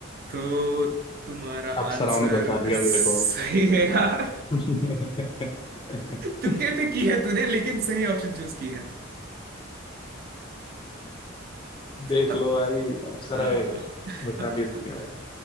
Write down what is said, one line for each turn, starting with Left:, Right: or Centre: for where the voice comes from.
Right: तो तुम्हारा
Left: अप्सराओं
Right: आंसर
Left: ने बचा लिया
Right: सही
Left: मेरे को
Right: है यार
Left: <laughs>
Right: तुक्के पे की है तूने लेकिन सही ऑप्शन चूज की है
Left: देख
Right: अब
Left: लो भाई अप्सराएं
Right: हाँ <laughs>
Left: बचा लेती हैं भाई